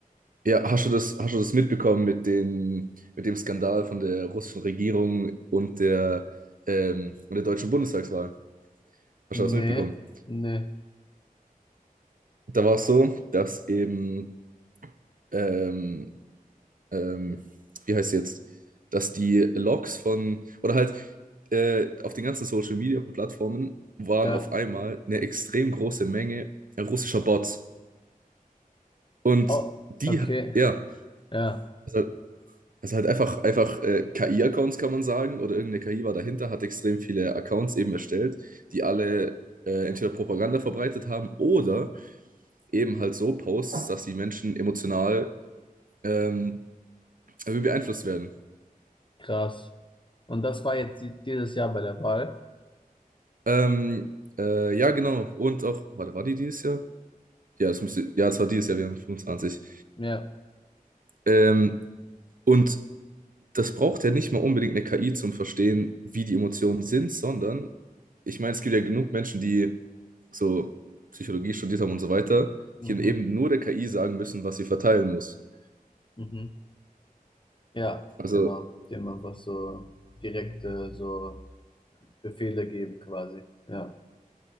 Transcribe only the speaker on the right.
Ja, hast du das, hast du das mitbekommen mit dem, mit dem Skandal von der russischen Regierung und der, ähm, und der deutschen Bundestagswahl? Hast
du das mitbekommen?
Da war es so, dass eben, ähm, ähm, wie heißt es jetzt, dass die Logs von, oder halt äh, auf den ganzen Social Media Plattformen waren
auf einmal eine extrem große Menge russischer Bots. Und
die,
ja,
also Also halt einfach, einfach äh, KI-Accounts kann man sagen, oder irgendeine KI war dahinter, hat extrem viele Accounts eben erstellt, die alle äh, entweder Propaganda verbreitet haben oder eben halt so Posts, dass die Menschen emotional ähm, irgendwie beeinflusst werden.
Ähm, äh, ja, genau. Und auch, warte, war die dieses Jahr? Ja, das müsste, ja, das war dieses Jahr, wir haben 25.
Ähm, und das braucht ja nicht mal unbedingt eine KI zum Verstehen, wie die Emotionen sind, sondern ich meine, es gibt ja genug Menschen, die so Psychologie studiert haben und so weiter,
die dann eben nur der KI sagen müssen, was sie verteilen muss.
Also,